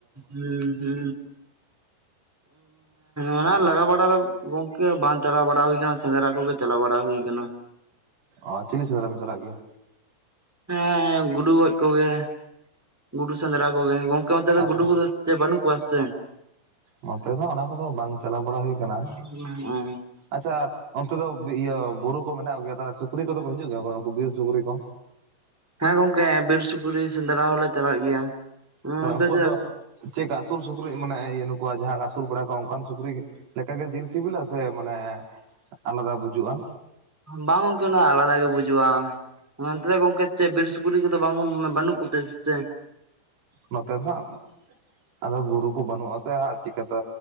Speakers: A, in the centre; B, on the right (about 70°).
A: ᱦᱩ ᱦᱩ᱾ ᱚᱱᱟ ᱞᱟᱜᱟ ᱵᱟᱲᱟ ᱫᱚ ᱜᱚᱝᱠᱮ ᱵᱟᱝ ᱪᱟᱞᱟᱣ ᱵᱟᱲᱟ ᱦᱩᱭ ᱠᱟᱱᱟ᱾ ᱥᱮᱸᱫᱽᱨᱟ ᱠᱚᱜᱮ ᱪᱟᱞᱟᱣ ᱵᱟᱲᱟ ᱦᱩᱭ ᱟᱠᱟᱱᱟ᱾
B: ᱚ ᱪᱤᱞᱤ ᱥᱮᱸᱫᱽᱨᱟ ᱵᱤᱱ ᱪᱟᱞᱟᱜ ᱜᱮᱭᱟ?
A: ᱦᱮᱸ ᱜᱩᱰᱩ ᱜᱚᱡ ᱠᱚᱜᱮ ᱜᱩᱰᱩ ᱥᱮᱸᱫᱽᱨᱟ ᱠᱚᱜᱮ, ᱜᱚᱝᱠᱮ ᱱᱚᱛᱮ ᱫᱚ
B: ᱟᱨ
A: ᱜᱩᱰᱩ ᱠᱚᱫᱚ ᱪᱮ ᱵᱟᱱᱩ ᱠᱚᱣᱟ ᱪᱮ?
B: ᱱᱚᱛᱮ ᱫᱚ ᱚᱱᱟ ᱠᱚᱫᱚ ᱵᱟᱝ ᱪᱟᱞᱟᱣ ᱵᱟᱲᱟ ᱦᱩᱭ ᱠᱟᱱᱟ᱾
A: <unintelligible>
B: ᱟᱪᱪᱷᱟ ᱚᱱᱛᱮ ᱫᱚ ᱤᱭᱟᱹ ᱵᱩᱨᱩ ᱠᱚ ᱢᱮᱱᱟᱜ ᱜᱮᱭᱟ ᱛᱟᱦᱚᱞᱮ ᱥᱩᱠᱨᱤ ᱠᱚᱫᱚ ᱠᱚ ᱦᱤᱡᱩᱜ ᱜᱮᱭᱟᱭ ᱩᱱᱠᱩ ᱵᱤᱨ ᱥᱩᱠᱨᱤ ᱠᱚ?
A: ᱦᱮᱸ ᱜᱚᱝᱠᱮ ᱵᱤᱨ ᱥᱩᱠᱨᱤ ᱥᱮᱸᱫᱽᱨᱟ ᱦᱚᱞᱮ ᱪᱟᱞᱟᱜ ᱜᱮᱭᱟ᱾
B: ᱛᱟᱦᱚᱞᱮ
A: ᱚᱱᱛᱮ
B: ᱩᱱᱠᱩᱣᱟᱜ
A: ᱪᱮᱫᱟᱜ
B: ᱫᱚ ᱪᱮᱠᱟᱜ ᱟᱹᱥᱩᱞ ᱥᱩᱠᱨᱤ ᱢᱟᱱᱮ ᱤᱭᱟᱹ ᱱᱩᱠᱩᱣᱟᱜ ᱡᱟᱦᱟᱸ ᱠᱚ ᱟᱹᱥᱩᱞ ᱵᱟᱲᱟ ᱠᱚᱣᱟ ᱚᱱᱠᱟᱱ ᱥᱩᱠᱨᱤ ᱞᱮᱠᱟᱜᱮ ᱡᱤᱞ ᱥᱤᱵᱤᱞᱟ ᱥᱮ ᱢᱟᱱᱮ ᱟᱞᱟᱫᱟ ᱵᱩᱡᱩᱜᱼᱟ?
A: ᱵᱟᱝ ᱜᱚᱝᱠᱮ ᱱᱚᱭ ᱟᱞᱟᱫᱟ ᱜᱮ ᱵᱩᱡᱩᱜᱼᱟ᱾ ᱚᱱᱛᱮ ᱫᱚ ᱜᱚᱝᱠᱮ ᱪᱮᱫ ᱵᱤᱨ ᱥᱩᱠᱨᱤ ᱠᱚᱫᱚ ᱵᱟᱝ ᱵᱟᱹᱱᱩᱜ ᱠᱚᱛᱮ ᱥᱮ ᱪᱮ?
B: ᱱᱚᱛᱮ ᱫᱚ ᱦᱟᱜ ᱟᱫᱚ ᱵᱩᱨᱩ ᱠᱚ ᱵᱟᱹᱱᱩᱜᱼᱟ ᱥᱮ ᱪᱤᱠᱟᱹᱛᱮ